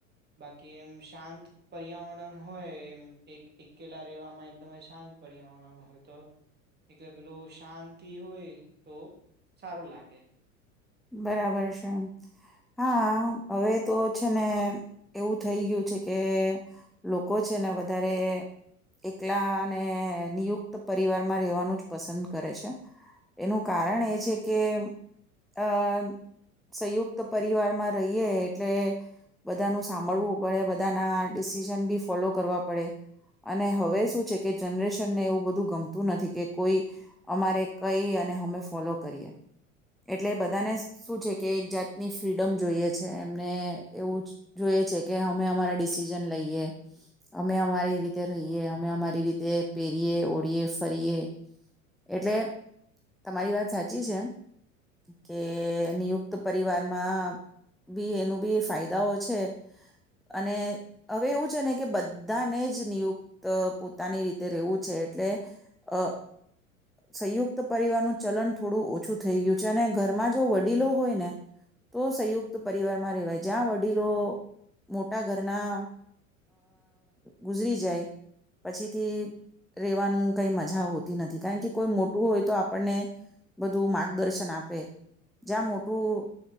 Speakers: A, on the right; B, in the centre.
A: બાકી એમ શાંત પર્યાવરણ હોય એમ એક એકલા રહેેવામાં એકદમ શાંત પર્યાવરણ હો તો એટલે પેલું શાંતિ હોય તો સારું લાગે.
B: બરાબર છે હા હવે તો છે ને એવું થઈ ગયું છે કે લોકો છે ને વધારે એકલા અને નિયુક્ત પરિવારમાં રહેેવાનું જ પસંદ કરે છે એનું કારણ એ છે કે અ સંયુક્ત પરિવારમાં રહીએ એટલે બધાનું સાંભળવું પડે બધાના ડિસિઝન બી ફોલો કરવા પડે અને હવે શું છે કે જનરેશનને એવું બધું ગમતું નથી કે કોઈ અમારે કઈ અને અમે ફોલો કરીએ. એટલે બધાને શું છે કે એક જાતની ફ્રીડમ જોઈએ છે એમને એવું જોઈએ છે કે અમે અમારા ડિસિઝન લઈએ અમે અમારી રીતે રહીએ અમે અમારી રીતે પહેરીએ ઓળીએ ફરીએ એટલે તમારી વાત સાચી છે કે નિયુક્ત પરિવારમાં બી એનું બી ફાયદાઓ છે અને હવે એવું છે ને કે બધાને જ નિયુક્ત પોતાની રીતે રહેેવું છે એટલે અ સંયુક્ત પરિવારનું ચલન થોડું ઓછું થ ગયું છે અને ઘરમાં જો વડીલો હોય ને તો સંયુક્ત પરિવારમાં રેવાય જ્યાં વડીલો મોટા ઘરના ગુજરી જાય પછીથી રેવાનું કઈ મજા હોતી નથી કારણ કે કોઈ મોટું હોય તો આપણને બધું માર્ગદર્શન આપે જ્યાં મોટું